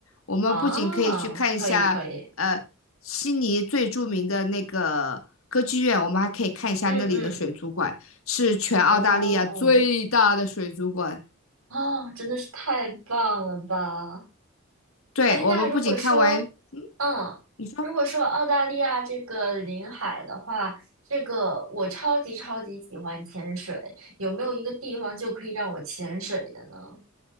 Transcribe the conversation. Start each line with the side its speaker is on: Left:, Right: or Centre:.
Left: 我们不仅可以去看一下，
Right: 啊，可以可以，
Left: 呃，悉尼最著名的那个歌剧院，我们还可以看一下那里的水族馆，
Right: 嗯嗯，
Left: 是全澳大利亚最大的水族馆。
Right: 哦哦，真的是太棒了吧！
Left: 对，
Right: 哎，
Left: 我们不仅看完，
Right: 那如果说，嗯，
Left: 你说
Right: 如果说澳大利亚这个临海的话，这个我超级超级喜欢潜水，有没有一个地方就可以让我潜水的呢？